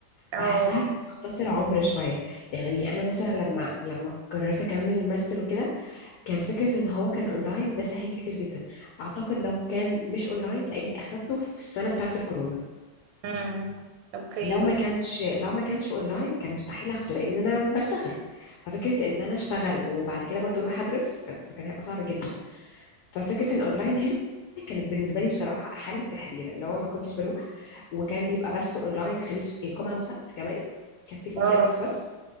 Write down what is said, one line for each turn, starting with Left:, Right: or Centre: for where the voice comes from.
Right: اه
Left: فحاساها بتختصر عمر شوية يعني أنا مثلا لما لما قررت أكمل الماستر وكده كان فكرة ان هو كان اونلاين ده سهل لي كتير جدا اعتقد لو كان مش اونلاين لاني اخدته في السنة بتاعة الكورونا
Right: امم اوكي
Left: لو ما كانش لو ما كانش اونلاين كان مستحيل اخده لان انا بشتغل ففكرة ان انا اشتغل وبعد كده برضو اروح ادرس فكان فكان هيبقى صعب جدا ففكرة ان اونلاين هنا كانت بالنسبة لي بصراحة حل سحري لان هو ما كنتش بروح وكان بيبقى بس اونلاين خميس جمعة وسبت كمان كانت في الويك
Right: اه
Left: اندز بس